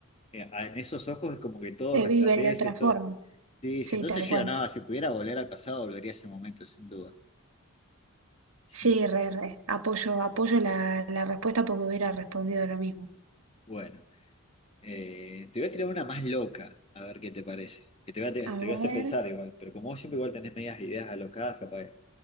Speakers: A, on the left; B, on the right.
A: en esos ojos es como que todo
B: se
A: resplandece,
B: vive de otra forma.
A: todo. Sí,
B: Sí,
A: si entonces
B: tal cual.
A: yo no, si pudiera volver al pasado, volvería a ese momento, sin duda. Sí.
B: Sí, re, re. Apoyo, apoyo la, la respuesta porque hubiera respondido lo mismo.
A: Bueno, eh, te voy a tirar una más loca, a ver qué te parece. Que te voy a, te,
B: A
A: te
B: ver.
A: voy a hacer pensar igual, pero como vos siempre igual tenés medias ideas alocadas, capaz.